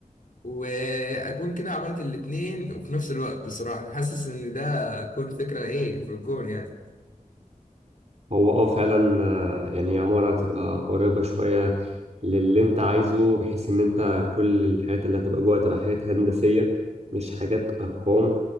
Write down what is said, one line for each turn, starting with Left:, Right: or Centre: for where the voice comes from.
Left: واكون كده عملت الاتنين وفي نفس الوقت بصراحه حاسس ان ده تكون فكره ايه في الجون يعني
Right: هو اه فعلا آه، يعني عمارة هتبقى قريبة شوية للي انت عايزه بحيث ان انت كل الحاجات اللي هتبقى جوه هتبقى حاجات هندسية مش حاجات أرقام